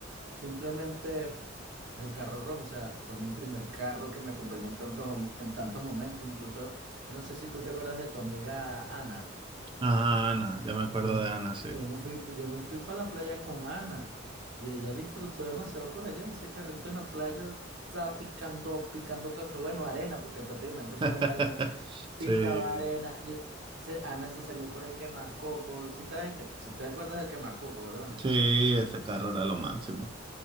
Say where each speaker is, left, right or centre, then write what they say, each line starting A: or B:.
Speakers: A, on the right (about 65°); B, on the right (about 25°).
A: Simplemente el carro rojo, o sea, fue mi primer carro que me acompañó en tantos, en tantos momentos. Incluso, yo no sé si tú te acuerdas de tu amiga Ana.
B: Ajá, Ana, ya me acuerdo
A: Yo,
B: de Ana, sí.
A: yo me fui, yo me fui para la playa con Ana y ella disfrutó demasiado por allá. Ese carrito en la playa estaba picando, picando caucho, bueno, arena, porque prácticamente fue
B: <laughs>
A: en arena. Picaba
B: Sí,
A: arena. Yo- se- Ana se salió por el quemacoco. Si sabes, si te acuerdas del quemacoco, ¿verdad?
B: sí, ese carro era lo máximo.